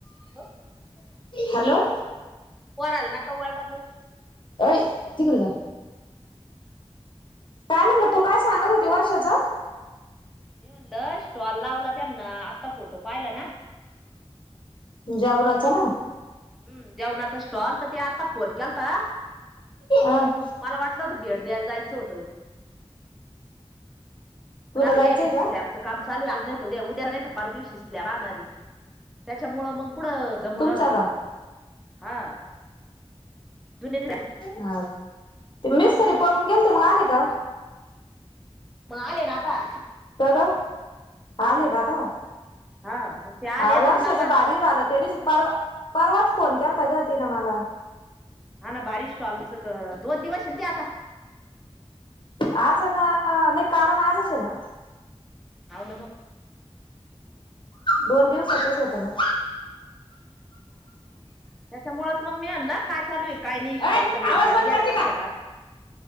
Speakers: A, in the centre; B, on the left (about 50°).
A: Hello!
B: Hello!
A: पोराला नका वरडालू.
B: अय तिकडे जा. काय म्हणला तू काय सांगत होती वर्षाच?
A: मी म्हणलं स्टॉल लावला त्यांना आत्ता फोटो पाहिला ना.
B: जेवनाच ना?
A: हम्म जेवणाच स्टॉल तर ते आत्ता फोन केलता,
B: अंव
A: मला वाटलं होत भेट द्यायला जायचं होतं.
B: तुला
A: पन आपल्याला
B: जायचंय
A: यायलेत
B: का
A: स्ल्याप, च काम चालूय आज नाही उद्या उद्या नाही तर परवादिवशी स्ल्याप राहणार रे, त्याच्यामुळ मग कुठं जमु
B: तुमचा
A: राहील ती,
B: का
A: हा. जुने
B: हा, ते मिस्तरी पळून गेलते मग आले का?
A: मग आले ना आता.
B: तर आले का आता.
A: हा मग ते आले
B: हा वर्षाच
A: तर मग आता
B: भारी झालं त्यादिवशी परवा, परवाच फोन केलता ग तीनं मला.
A: हा ना भारी स्टाॅलच ग, दोन दिवस आहे ना ते आता?
B: आज नं, नाही काल आणि आजच आहे ना.
A: हाव ना मग.
B: दोन दिवसातच होतं ना.
A: त्याच्यामुळच मग मी म्हणलं, काय चालू आहे काही नाही स्टॉलला
B: अय
A: भेट
B: आवाज
A: द्यायला
B: बंद
A: गेल्या
B: करते
A: नव्हत्या का?